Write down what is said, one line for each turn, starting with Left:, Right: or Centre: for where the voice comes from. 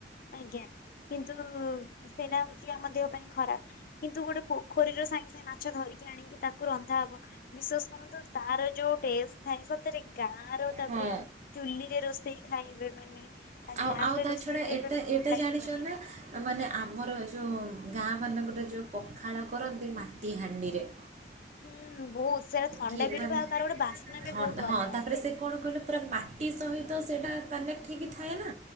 Left: ଆଜ୍ଞା କିନ୍ତୁ ସେଇଟା ହଉଛି ଆମ ଦେହ ପାଇଁ ଖରାପ। କିନ୍ତୁ ଗୋଟେ ପୋଖରୀର ସାଙ୍ଗେ ସାଙ୍ଗେ ମାଛ ଧରିକି ଆଣିକି ତାକୁ ରନ୍ଧା ହବ। ବିଶ୍ଵାସ କରନ୍ତୁ ତାର ଯୋଉ ଟେଷ୍ଟ ଥାଏ ସତରେ ଗାଁ ର ତାପରେ।
Right: ହଁ
Left: ଚୁଲିରେ ରୋଷେଇ ଖାଇବେ ମାନେ।
Right: ଆଉ
Left: ଗ୍ୟାସ
Right: ଆଉ
Left: ରେ
Right: ତା
Left: ରୋଷେଇରେ
Right: ଛଡ଼ା ଏଟା
Left: ଭଲ
Right: ଏଇଟା
Left: ଲାଗିବନି।
Right: ଜାଣିଛ ନା। ମାନେ ଆମର ଯୋଉ ଗାଁ ମାନଙ୍କର ଯୋଉ ପଖାଳ କରନ୍ତି ମାଟି ହାଣ୍ଡିରେ।
Left: ହୁଁ, ବହୁତ ସାରା ଥଣ୍ଡା
Right: କି
Left: ବି
Right: ମାନେ
Left: ରିବ ଆଉ ତାର ଗୋଟେ ବାସ୍ନା ବି
Right: ଥଣ୍ଡା
Left: ବହୁତ
Right: ହଁ
Left: ଅଲଗା
Right: ତାପରେ
Left: ଆସେ।
Right: ସେ କ'ଣ କହିଲେ ପୁରା ମାଟି ସହିତ ସେଇଟା କନେକ୍ଟ ହେଇକି ଥାଏ ନା